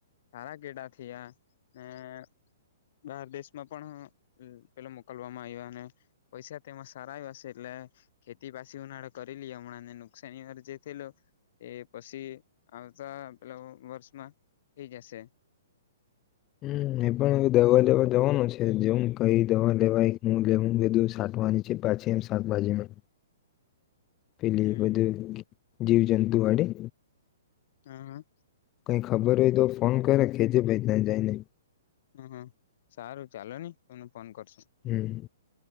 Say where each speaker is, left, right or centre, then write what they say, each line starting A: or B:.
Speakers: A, on the left (about 55°); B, on the left (about 25°).
A: સારા કેેડા થયા બાર દેશમાં પણ પેલ મોકલવામાં આવ્યા અને પૈસા તેમાં સારા આયવા શે એટલે ખેતી પાછી ઉનાળે કરી લીએ હમણાં નુકસાની પછી જે થયેલુ એ પછી આવતા પેલા વર્ષમાં થઈ જશે.
B: હમ્મ એ પણ દવા લેવા જવાનો છે જેવ કઈ દવા લેવાય હું લેવું બધું સાઠવાની છે પાછી એમ શાકભાજીમાં. પેલી
A: હમ
B: વધુ જીવ જંતુ વાળી.
A: હા હા
B: કઈ ખબર હોય તો ફોન કરે કેેજે ભાઈ ત્યાં જઈને
A: હમ સારું ચાલો નને કો ફોન કરશું
B: હમ